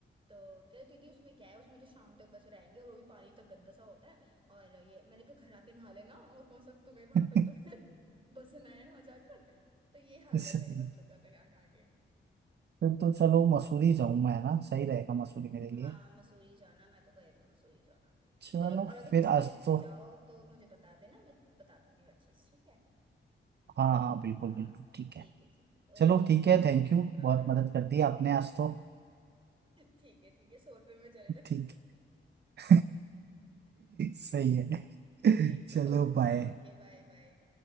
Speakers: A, on the right (about 25°); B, on the right (about 55°).
A: तो कह रहे, दीदी उसमें क्या है उसमें तो शाम तक बस रहेंगे और वो भी पानी तक गंदा सा होता है और ये मैंने कहा घर आके नहा लेना और कौन सा तुम्हें वहां
B: फिर-
A: पे तुम्हें <laughs> बसना है वहां जाकर तो ये हाल
B: <laughs> सही
A: है मेरे बच्चों का तो यहाँ यहाँ के
B: फिर तो चलो मसूरी जाऊं मैं है ना सही रहेगा मसूरी मेरे लिए
A: हाँ मसूरी जाना मैं तो कह रही हूँ मसूरी जाना
B: चलो
A: चलो और अगर
B: फिर
A: किसी दिन
B: आज तो
A: जाओ तो मुझे बता देना मैं बता दूंगी हर चीज ठीक है
B: हाँ हाँ बिल्कुल
A: हाँ
B: बिल्कुल ठीक
A: ठीक
B: है
A: है ठीक है
B: चलो
A: ओके ओके
B: ठीक है थैंक यू
A: हाँ
B: बहुत
A: <laughs>
B: मदद कर दी आपने आज तो
A: ठीक है ठीक है सौ रुपये में चले जाओ
B: ठीक
A: <laughs>
B: <laughs> सही है चलो
A: ठीक है ओके
B: बाय
A: ओके बाय बाय